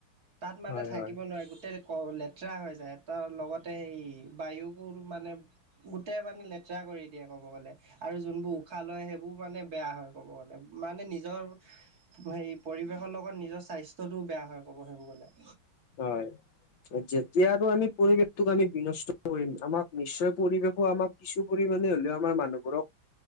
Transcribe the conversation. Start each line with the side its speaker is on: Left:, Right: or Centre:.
Right: তাত মানে
Left: হয়
Right: থাকিব
Left: হয়
Right: নোৱাৰে, গোটেই অ', লেতেৰা হৈ যায় তাৰ লগতে সেই বায়ুকো মানে গোটেই পানী লেতেৰা কৰি দিয়ে ক'ব গ'লে। আৰু যোনবোৰ উশাহ লয়, সেইবোৰ মানে বেয়া হয় ক'ব গ'লে মানে নিজৰ হেৰি পৰিৱেশৰ লগত নিজৰ স্বাস্থ্যটোও বেয়া হয় ক'ব সেইবোৰ গ'লে।
Left: হয়, যেতিয়া আৰু আমি পৰিৱেশটোক আমি বিনষ্ট কৰিম, আমাক নিশ্চয় পৰিৱেশো আমাক কিছু পৰিমাণে হ'লেও আমাৰ মানুহবোৰক